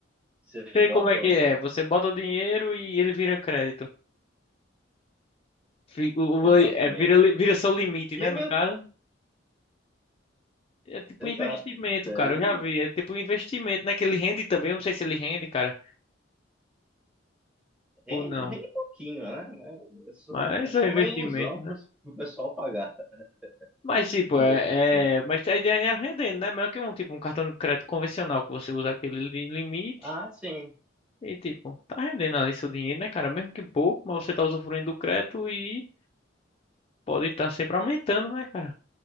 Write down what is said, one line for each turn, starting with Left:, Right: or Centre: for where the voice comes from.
Centre: você
Left: Sei
Centre: bota
Left: como é que
Centre: o.
Left: é. Você bota o dinheiro e ele vira crédito. Fi- O,
Centre: Exatamente.
Left: o- é, vira, li- vira seu limite,
Centre: Que
Left: né,
Centre: é
Left: no
Centre: meio.
Left: caso. É tipo
Centre: Exato.
Left: um investimento,
Centre: Daí
Left: cara. Eu já vi. É tipo um investimento, né? Que ele rende também. Eu não sei se ele rende, cara,
Centre: rende,
Left: ou não.
Centre: rende pouquinho, né? Mas É só,
Left: Mas
Centre: é só
Left: é um investimento,
Centre: uma ilusão
Left: né?
Centre: para o pessoal pagar. <laughs>
Left: Mas tipo,
Centre: Não
Left: é,
Centre: deixa de ser.
Left: é- mas a ideia é rendendo, né? Melhor que um tipo um cartão de crédito convencional que você usa aquele li- limite
Centre: Ah, sim.
Left: e tipo, tá rendendo ali seu dinheiro, né, cara? Mesmo que pouco, mas você tá usufruindo do crédito e pode estar sempre aumentando, né, cara?